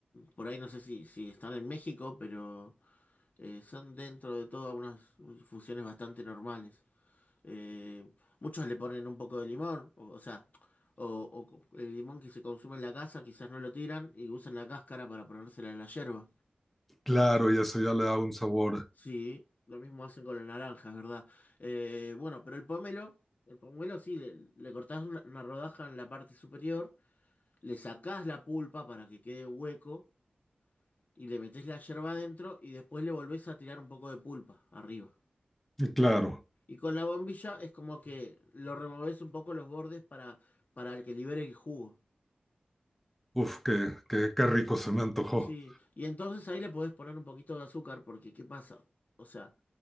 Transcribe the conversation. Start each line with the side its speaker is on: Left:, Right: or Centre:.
Left: por ahí no sé si, si están en México, pero eh, son dentro de todo unas infusiones bastante normales. Eh, muchos le ponen un poco de limón, o, o sea, o, o co- el limón que se consume en la casa quizás no lo tiran y usan la cáscara para ponérsela en la yerba.
Centre: claro, y eso ya le da un sabor,
Left: Sí, lo mismo hacen con la naranja, es verdad. Eh, bueno, pero el pomelo, el pomelo sí, le, le cortás una, una rodaja en la parte superior, le sacás la pulpa para que quede hueco y le metés la yerba adentro y después le volvés a tirar un poco de pulpa arriba.
Centre: y claro,
Left: Y con la bombilla es como que lo removés un poco los bordes para, para que libere el jugo.
Centre: uf, qué, qué, qué rico se me antojó,
Left: Sí, y entonces ahí le podés poner un poquito de azúcar porque ¿qué pasa? O sea,